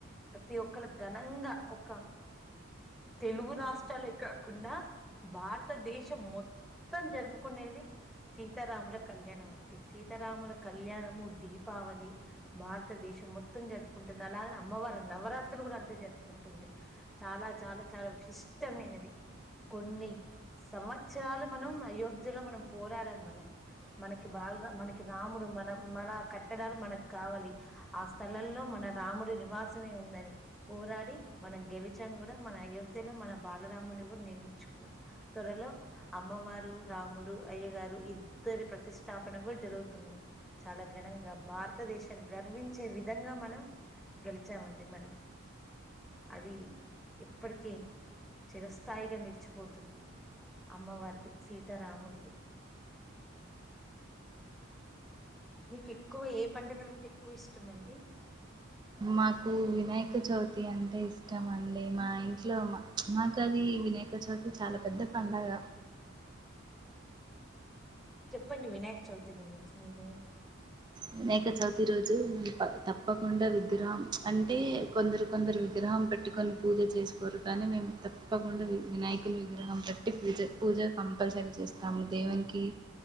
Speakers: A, in the centre; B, on the right (about 20°).
A: ప్రతి ఒక్కళ ఘనంగా ఒక తెలుగు రాష్ట్ర కాకుండా భారతదేశం మొత్తం జరుపుకునేది సీతారాముల కళ్యాణం అండి సీతారాముల కళ్యాణము దీపావళి భారతదేశం మొత్తం జరుపుకుంటుంది అలాగనే అమ్మవారి నవరాత్రులు కూడా అంతే జరుపుకుంటుంది చాలా చాలా చాలా విశిష్టమైనది కొన్ని సంవత్సరాలు మనం అయోధ్యలో మనం పోరాడాం మనం మనకి బాలరా మనకి రాముడు మన మన కట్టడాలు మనకి కావాలి ఆ స్థలంలో మన రాముడి నివాసమే ఉందని పోరాడి మనం గెలిచం కూడా మన అయోధ్యలో మన బాలరాముని కూడా నిర్మించుకున్నాం త్వరలో అమ్మవారు రాముడు అయ్య గారు ఇద్దరి ప్రతిష్టాపన కూడా జరుగుతుంది చాలా ఘనంగా భారతదేశం గర్వించే విధంగా మనం గెలిచామండి మనం అది ఇప్పటికీ చిరస్థాయిగా నిలిచిపోతుంది అమ్మవారిది సీతారాములది మీకు ఎక్కువ ఏ పండగలు అంటే ఎక్కువ ఇష్టం అండి
B: మాకు వినాయక చవితి అంటే ఇష్టం అండి మా ఇంట్లో మా మాకాది వినాయక చవితి చాలా పెద్ద పండగ
A: చెప్పండి వినాయక చవితి గురించి మీరు
B: వినాక చవితి రోజు తప్పకుండా విగ్రహం అంటే కొందరు కొందరు విగ్రహం పె ట్టుకొని పూజ చేసుకోరు కానీ మేము తప్పకుండా వినాయకుని విగ్రహం పెట్టీ పూజ పూజ కంపల్సరీ చేస్తాము దేవునికి